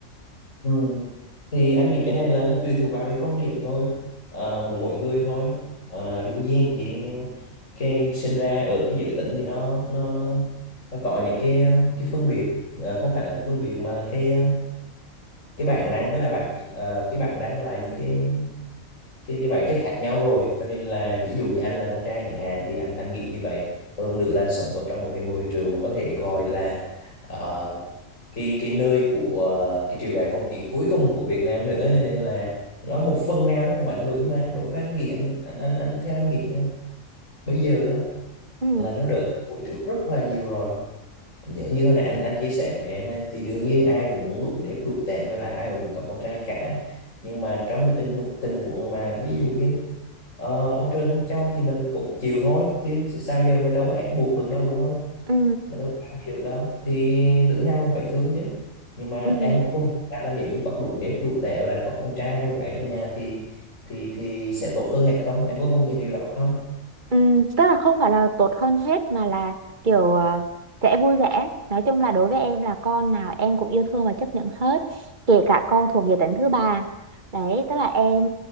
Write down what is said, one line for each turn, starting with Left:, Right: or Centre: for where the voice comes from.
Left: Ừ. Thì anh nghĩ cái này là nó tùy thuộc vào cái quan điểm thôi ờ, của mỗi người thôi Ờ, đương nhiên cái cái sinh ra ở cái giới tính thì nó nó nó nó có những cái ờ, cái phân biệt Ờ, không phải là cái phân biệt mà là cái ờ, cái bản năng với là bản ờ, cái bản năng với lại những cái cái cái bản chất khác nhau rồi cho nên là ví dụ như anh là con trai chẳng hạn thì anh anh nghĩ như vậy hơn nữa là anh sống ở trong một cái môi trường mà có thể gọi là ờ, cái cái nơi của ờ, cái triều đại phong kiến cuối cùng của Việt Nam nữa cho nên là nó một phần nào nó cũng ảnh hưởng nhưng mà đối với anh nghĩ anh anh anh, anh theo anh nghĩ á, bây giờ á,
Right: ừ
Left: là nó đỡ hồi trước rất là nhiều rồi nhớ như hồi nãy anh anh chia sẻ với em ấy, thì đương nhiên ai cũng muốn đủ đẹp đủ tệ với lại ai cũng muốn có con trai cả nhưng mà trong cái tình tình huống mà ví dụ như ờ, ông trời không cho thì mình cũng chịu thôi chứ sao giờ mình đâu có ép buộc được đâu đúng không
Right: ừ
Left: mà đâu cam gì được đâu thì đứa nào cũng phải thương chứ nhưng mà
Right: ừ
Left: em có công nhận ra là nếu như có đủ nếp đủ tẻ và lại có con trai con gái trong nhà thì thì thì sẽ tốt hơn hết không em có công nhận điều đó không
Right: Ừm, tức là không phải là tốt hơn hết mà là kiểu ờ, sẽ vui vẻ nói chung là đối với em là con nào em cũng yêu thương và chấp nhận hết kể cả con thuộc giới tính thứ ba đấy tức là em